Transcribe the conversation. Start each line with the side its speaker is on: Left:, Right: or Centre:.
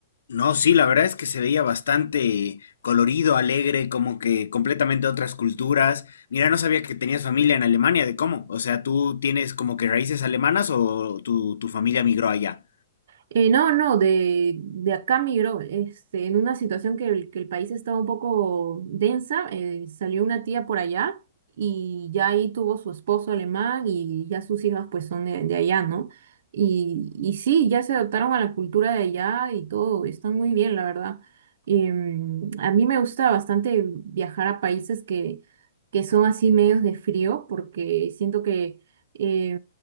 Left: No, sí, la verdad es que se veía bastante colorido, alegre, como que completamente otras culturas. Mira, no sabía que tenías familia en Alemania, ¿de cómo? O sea, ¿tú tienes como que raíces alemanas o tu, tu familia migró allá?
Right: Eh, no, no, de, de acá migró, este, en una situación que el, que el país estaba un poco densa, eh, salió una tía por allá y ya ahí tuvo su esposo alemán y ya sus hijas pues son de, de allá, ¿no? Y, y sí, ya se adaptaron a la cultura de allá y todo, están muy bien, la verdad. Em, a mí me gusta bastante viajar a países que, que son así medios de frío porque siento que eh,